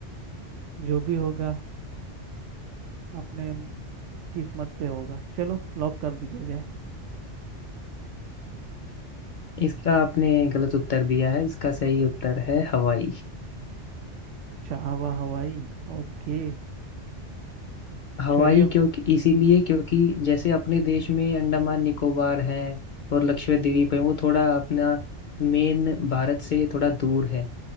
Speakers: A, on the right; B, on the left.
A: जो भी होगा अपने किस्मत पे होगा चलो लॉक कर दीजिए जाए
B: इसका आपने गलत उत्तर दिया है इसका सही उत्तर है हवाई
A: चाहवा हवाई ओके
B: हवाई
A: चलिए
B: क्योंकि इसीलिए क्योंकि जैसे अपने देश में अंडमान निकोबार है और लक्षद्वीप द्वीप है वो थोड़ा अपना मेन भारत से थोड़ा दूर है